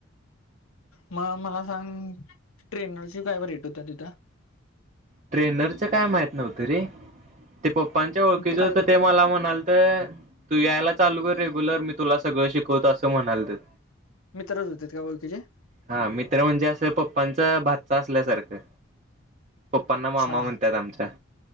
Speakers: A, on the left; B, on the right.
A: मग मला सांग ट्रेनरचे काय रेट होत तिथं.
B: ट्रेनरचं काय माहित नव्हतं रे, ते पप्पांच्या ओळखीच
A: मग तू
B: होत
A: काय
B: ते मला म्हणाल तर तू यायला चालू कर रेग्युलर मी तुला सगळं शिकवतो असं म्हणालतत.
A: मित्रच होते का ओळखीचे
B: <inaudible> हा मित्र म्हणजे असं पप् पा्पांचा भाचा असल्यासारखं. पप्पांना
A: अच्छा
B: मामा म्हणतात आमच्या.